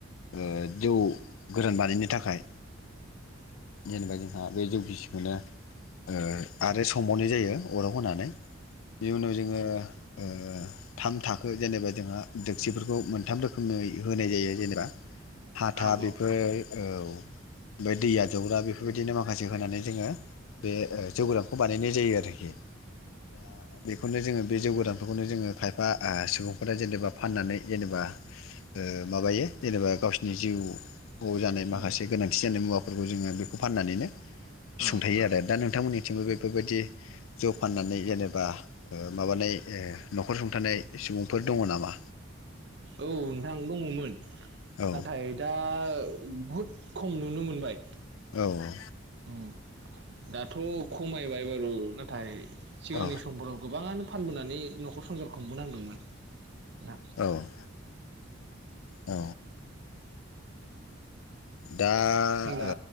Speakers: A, on the left; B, on the right.
A: ओ जौ खौ गोरान बानायनो थाखाय जेनेबा जों आ बे जौ गिसिखौनो ओ आरो संबावनाय जायो अराव होनानै। बिनि उनाव जोङो ओ थाम थाखो जेनेबा जोंहा दक्सिफोरखौ मोनथाम रोखोमै होनाय जायो। जेनेबा हाथा
B: औ औ
A: बेफोर औ ओमफाय दै आजावग्रा बेफोर बायदिनो माखासे होनानै जोङो बे ओ जौ गोरानखौ बानायनाय जायो आरोखि दा बेखौनो जोङो बे जौ गोरानफोरखौनो जोङो खायफा ओ सुबुंफोरा जेनेबा फाननानै जेनेबा ओ माबायो जेनेबा गावसिनि जिउ <unintelligible> जानाय
B: उम
A: माखासे गोनांथि जानाय मुवा फोरखौ जोङो बेखौ फाननानैनो
B: औ
A: सुंथायो
B: औ
A: आरो दा नोंथांमोननि थिंबो बेफोरबायदि जौ फाननानै जेनेबा ओ माबानाय ओ नखर सुंथानाय सुबुंफोर दङ नामा?
B: औ नोंथां दङमोन
A: औ
B: नाथाय दा बहुत खम नुनो मोनबाय
A: औऔ
B: ओम दाथ' खमायबाय बारु नाथाय सिगांनि
A: औ
B: समफोराव गोबाङानो फानबोनानै नखर संसार खुंबोनांदोंमोन। ना
A: औ औ दा
B: होमब्ला
A: ओ